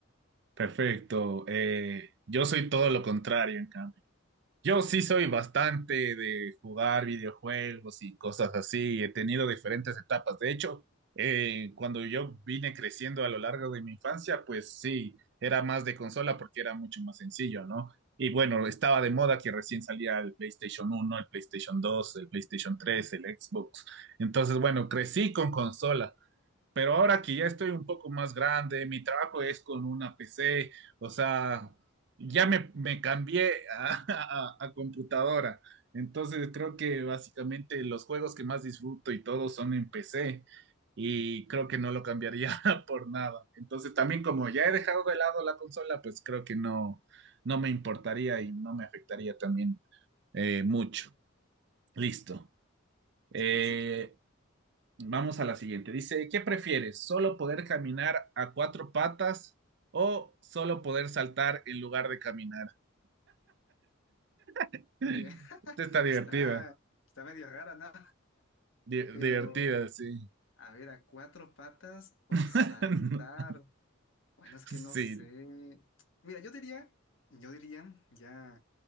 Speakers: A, on the right; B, on the left.
A: perfecto. Eh, yo soy todo lo contrario, en cambio. Yo sí soy bastante de jugar videojuegos y cosas así. He tenido diferentes etapas. De hecho, eh, cuando yo vine creciendo a lo largo de mi infancia, pues sí, era más de consola porque era mucho más sencillo, ¿no? Y bueno, estaba de moda que recién salía el PlayStation uno, el PlayStation 2, el PlayStation 3, el Xbox. Entonces, bueno, crecí con consolas. Pero ahora que ya estoy un poco más grande, mi trabajo es con una PC, o sea, ya me, me cambié a, <laughs> a- a computadora. Entonces creo que básicamente los juegos que más disfruto y todo son en PC y creo que no lo cambiaría <laughs> por nada. Entonces también como ya he dejado de lado la consola, pues creo que no, no me importaría y no me afectaría también eh, mucho. Listo. Eh,
B: Sí, sí, claro.
A: Vamos a la siguiente. Dice, ¿qué prefieres? ¿Solo poder caminar a cuatro patas o solo poder saltar en lugar de caminar? <laughs>
B: Oye, <laughs>
A: Esta está divertida.
B: Está, está medio rara, ¿no?
A: Di-
B: Pero,
A: divertida, sí.
B: a ver, a cuatro patas o
A: <laughs>
B: saltar. Bueno, es
A: Sí.
B: que no sé. Mira, yo diría, yo diría, ya